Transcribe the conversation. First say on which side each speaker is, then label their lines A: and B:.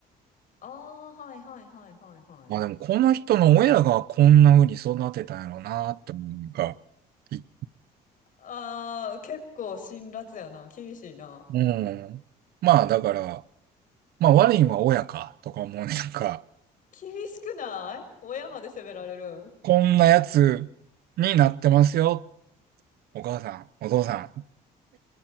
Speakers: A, on the left; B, on the right.
A: ああ、はいはいはいはいはい。
B: まあでも、この人の親がこんな風に育てたんやろうなって思うねんか。い
A: ああ、結構辛辣やな。厳しいな。
B: うん。まあだから、まあ悪いんは親かとか思うねんか。
A: 厳しくない親まで責められる
B: こんなやつになってますよ。お母さん、お父さん。